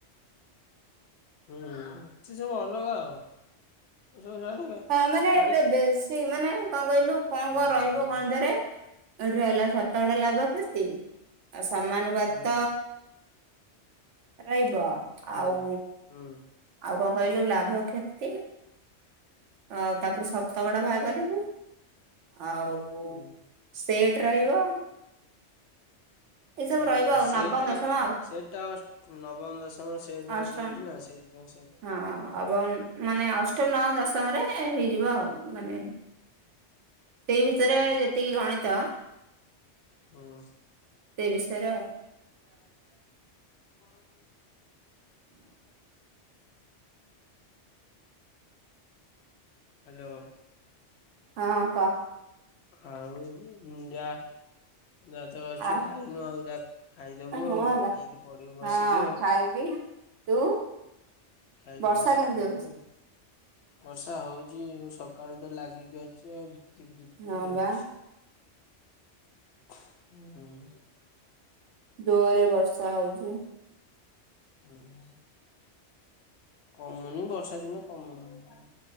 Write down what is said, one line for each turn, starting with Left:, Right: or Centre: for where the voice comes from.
Left: ହୁଁ ଅଛି ସବୁ ଅଲଗା ଆଉ। ସବୁ ଛାଡିକି
Right: ହଁ ମାନେ
Left: ଛାଡିକି
Right: ଏ ବେଶୀ ମାନେ କଣ କହିଲୁ କଣ
Left: ହୁଁ
Right: କଣ ରହିବ
Left: ହୁଁ
Right: ଗଣିତରେ। ଏଠି ରହିଲା ଶତକଡା, ଲାଭ କ୍ଷତି ଆଉ ସମାନୁ ପାତ।
Left: ହୁଁ
Right: ରହିବ
Left: ହୁଁ
Right: ଆଉ।
Left: ହୁଁ
Right: ଆଉ କଣ କହିଲୁ ଲାଭ କ୍ଷତି। ଆଉ ତାପରେ ଶତକଡା ଭାରକରିବୁ ଆଉ।
Left: ହୁଁ।
Right: ସେଟ୍ ରହିବ। ଏସବୁ
Left: ହଁ
Right: ରହିବ ଆଉ
Left: ସେଇଟା
Right: ନବମ ଦଶମ ଆଉ
Left: ସେଟ୍ ଟା ନବମ ଦଶମ ସେମଟ
Right: ଅଷ୍ଟମ
Left: ରହୁଛି ନା ସେଇଥିପାଇଁ ସେ।
Right: ହଁ ଏବଂ ମାନେ ଅଷ୍ଟମ ନବମ ଦଶମରେ ହେଇଯିବ ଆଉ ମାନେ। ସେଇ ଭିତରେ ଯେତିକି ଗଣିତ।
Left: ହଁ।
Right: ସେ ବିଷୟରେ ଆଉ।
Left: ଓ ହ। ହ୍ୟାଲୋ।
Right: ହଁ କହ।
Left: ଆଉ ଯା ଯ ତ ଅଛୁ
Right: ଆଉ
Left: ଖାଇନୁ ଆଉ ଯା। ଖାଇଦବୁ
Right: ହଁ
Left: ଆଉ
Right: ବା
Left: ଖାଇକି ପଡିବୁ ବସିକି
Right: ହଁ
Left: ଆଉ।
Right: ଖାଇବି ତୁ।
Left: ଖାଇକି
Right: ବର୍ଷା
Left: ବସି
Right: କେମିତି
Left: ପଡିବୁ
Right: ହଉଛି?
Left: ଆଉ। ବର୍ଷା ହଉଚି ଆଉ ସକାଳୁ ତ ଲାଗିକି ଅଛି ଆଉ ଝିପିଝିପି ଝିପିଝିପି
Right: ହଁ
Left: ହଉଛି।
Right: ବା
Left: ହୁଁ ଉଁ ଉ
Right: ଜୋରେ ବର୍ଷା ହଉଛି।
Left: ଆଁ ଆଛା। କମୁନି ବର୍ଷା ଦିନ କମିବନି।